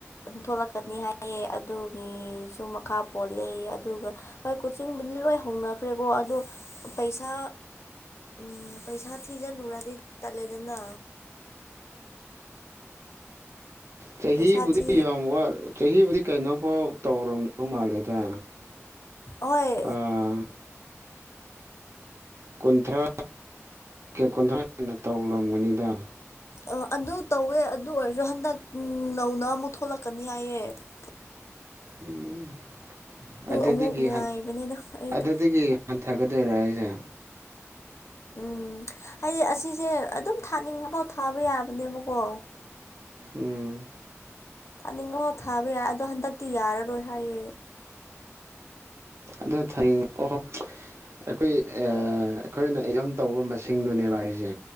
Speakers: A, on the left; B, on the right.
A: ꯊꯣꯛꯂꯛꯀꯅꯤ ꯍꯥꯏꯑꯌꯦ ꯑꯗꯨꯒꯤꯁꯨ ꯃꯈꯥ ꯄꯣꯜꯂꯦ ꯑꯗꯨꯒ ꯍꯣꯏ ꯀꯣꯆꯤꯡꯕꯨꯗꯤ ꯂꯣꯏ ꯍꯧꯅꯈ꯭ꯔꯦꯀꯣ ꯑꯗꯣ ꯄꯩꯁꯥ ꯎꯝ ꯄꯩꯁꯥ ꯊꯤꯖꯜꯂꯨꯔꯗꯤ ꯇꯜꯂꯦꯗꯅ
B: ꯆꯍꯤꯕꯨꯗꯤ
A: ꯄꯩꯁꯥ ꯊꯤ
B: ꯌꯥꯝ ꯆꯍꯤꯕꯨꯗꯤ ꯀꯩꯅꯣꯐꯥꯎ ꯇꯧꯔꯝꯗꯧ ꯃꯥꯜꯂꯦꯗ
A: ꯑꯣꯏ
B: ꯑꯥ ꯀꯨꯟꯊ꯭ꯔꯥ ꯀꯨꯟꯊ꯭ꯔꯥ ꯍꯦꯟꯅ ꯇꯧꯔꯝꯒꯅꯤꯗ
A: ꯑ ꯑꯗꯨ ꯇꯧꯋꯦ ꯑꯗꯨ ꯑꯣꯏꯔꯁꯨ ꯍꯟꯗꯛ ꯅꯧꯅ ꯑꯃꯨꯛ ꯊꯣꯛꯂꯛꯀꯅꯤ ꯍꯥꯏꯑꯦ <unintelligible>
B: ꯎꯝ ꯑꯗꯨꯗꯒꯤ
A: ꯑꯃꯨꯛ ꯉꯥꯏꯕꯅꯤꯅ ꯑꯩꯗꯣ
B: ꯑꯗꯨꯗꯒꯤ ꯊꯒꯗ ꯔꯥꯏꯁ
A: ꯎꯝ ꯍꯥꯏꯗꯤ ꯑꯁꯤꯁꯦ ꯑꯗꯨꯝ ꯊꯥꯅꯤꯡꯕꯐꯥꯎ ꯊꯥꯕ ꯌꯥꯕꯅꯦꯕꯀꯣ
B: ꯎꯝ
A: ꯊꯥꯅꯤꯡꯕꯐꯥꯎ ꯊꯥꯕ ꯌꯥꯏ ꯑꯗꯣ ꯍꯟꯗꯛꯇꯤ ꯌꯥꯔꯔꯣꯏ ꯍꯥꯏꯌꯦ
B: ꯑꯗꯨ ꯊ ꯑꯣꯍꯣ ꯑꯩꯈꯣꯏ ꯑꯩꯈꯣꯏꯅ ꯑꯦꯛꯖꯥꯝ ꯇꯧꯕ ꯃꯁꯤꯡꯗꯨꯅꯦꯕ ꯍꯥꯏꯁꯦ